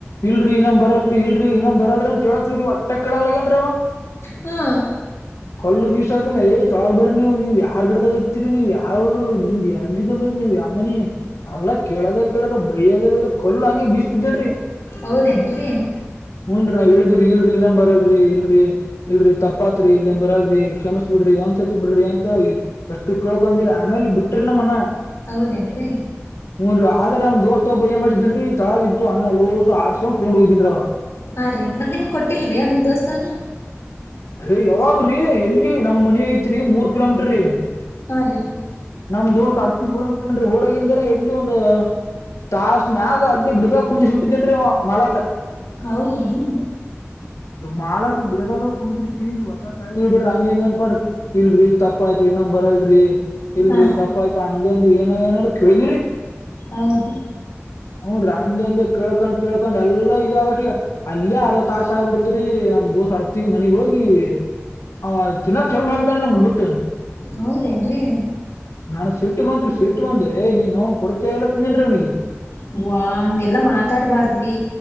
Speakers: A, on the left; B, on the left.
A: ಇಲ್ರಿ ಇನ್ನೊ ಬರಲ್ರಿ ಇಲ್ರರಿ ಇನ್ನೊ ಬರಲ್ರಿ ಅಂತ ಹೇಳೇಳ. ಒಟ್ಟ ಕಳ ಲಗಂದ
B: ಹಾ
A: ಕಲ್ಲು ಬಿ. ಇಷ್ಟನಏ್ಳಗ ಬರಿ ನೀವು ನೀವವು ಯಾರ್ ಗಿಡದ ಹ್ ಹಾಕಿ ತ್ತೀರಿ ನೀವು ಯಾವ ಊರ ಮುಂದೆ ನೀಮ್ದ್ ಎಲ್ಲಿದ ಬಂದ ನೀವವು ಅಮ್ಮನಿ. ಅಲ್ಲ. ಬೈಯದ ಕಲ್ಲ ಹಂಗೆ ಬೀಸತಿದ್ದೇಲ್ರಿ.
B: ಹೌದ್ಯೆನ್ರಿ.
A: ಹೂನ್ರಿ ನಾವ್ ಹೇಳಿದ್ವಿ ರಿ ಇಲ್ರರಿ ಇನ್ನ್ ಬರಲ್ರರಿ ಇಲ್ರರಿ ಇಲ್ರರಿ ತಪ್ಪಾತ್ರಿ ಇಲ್ ಬರಲ್ರರಿ ಕ್ಷಮ. ಬಿಡ್ರಿ ಒಂದ್ಸತಿ ಬಿಡ್ರಿ ಅಂತ ಎಷ್ಟು ಕೇಳ್ಕೊೊಂಡ್ವಿರಿ ಆಮೇಲೆ ಬಿಟ್ರಿ ನಮ್ಮನ.
B: ಹೌದೇನ್ರರಿ.
A: ಹೂಂ ರಿ ಆದ್ರ ನಮ ದೋಸ್ತ ಒಬ್ಬ ಏನ್ ಮಾಡಿದ್ನೇರಿ ತಳಗಿದ್ದು ಅಣ್ಣ ಹೋಸ ಆರ್ಸಕೊಂಡು ತಗೊಂಡ್ ಹೋಗಿದ್ನ ಅವ.
B: ಹಾರೀ ಮತ್ ನಿಮ್ಗ್ ಕೊಟ್ಟಿಲ್ರಿ ಅವ್ನ್ ನಿಮ್ ದೋಸ್ತವ್ನು.
A: ಅರೆ ಯಾವಾಗ್ರೀ ಎಲ್ಲಿ ನಮ್ ಮನಿ ಐತ್ರಿ ಮೂರ್ ಕಿಲೋಮೀಟರ್ ರೀ.
B: ಹಾ ರೀ.
A: ನಮ್ ದೋಸ್ತ್ ಆಡ್ಸಿ ಊರ ಬಿಟಾನ್ರಿ ಓಡಗಿಂದನ ಇಲ್ಲೀ ಒಂದು. ತಾಸ್ಮ್ಯಾಗ ಅಲ್ಲಿ ಗಿಡ್ದಾಗ್ ಕುಂದ್ರಿಸ್ ಬಿಟ್ಟುದಾನ್ರಿ ಆವ ಮಾಡಾಕ.
B: ಹೌದೇನ.
A: ಮಾಲಕ ಗಿಡ್ದಾಗ ಕುಂದ್ರುಶಿ ನೀ ಹೊಟರ ಸಾಯಂಗಿಲ್ ಬಿಡ್ರಿ ಹಂಗ ಹಿಂಗ ಅಂತ ಮಾಡ್ರ ಇಲ್ರಿ ತಪಾಯಿತ್ರಿ. ನನ್ ಬರಲ್ರಿ. ಇಲ್ರಿ
B: ಹಾ
A: ತಪಯ್ತ್ ಹಂಗೆ ಇಂಗೆ ಏನೊ ಏನಾನೊ ಕೇಳಿದಿರಿ
B: ಹೌದು
A: ಹೂ ರ. ಹಂಗಂಗೆ ಕೇಳ್ಕೊಂಡ್ ಕೇಳ್ಕೊಂಡ್ ಎಲ್ಲಾ ಇದಾಗಟ್ಗೆ ಅಲ್ಲೇ ಅರ್ಧ ತಾಸ ಆಗ್ಬುತ್ರಿ ನಮ್ ದೋಸ ಅರ್ತಿ. ಮನಿಗ್ ಹೋಗಿ ಆವ ತಿನ್ನಕ್ ಚಲು ಮಾಡ್ಬಿಟ್ಟನ್ರೀ ನಮೂನ್ ಬಿಟ್ಟು.
B: ಹೌದೇನ್ರೀ.
A: ನಾ ಸಿಟ್ಬಂತ್ರಿ ಸಿಟ್ಬಂದ್ ನೀನ್ <unintelligible> ಕೊಡ್ತೀಯಾ ಇಲ್ ಅಂತ್ ಅಂದೇನ್ರಿ ಅವ್ನಿಗೆ.
B: ಹೂ ಹಂಗೆಲ್ಲಾ ಮಾತಾಡ್ಬಾರ್ದ್ರಿ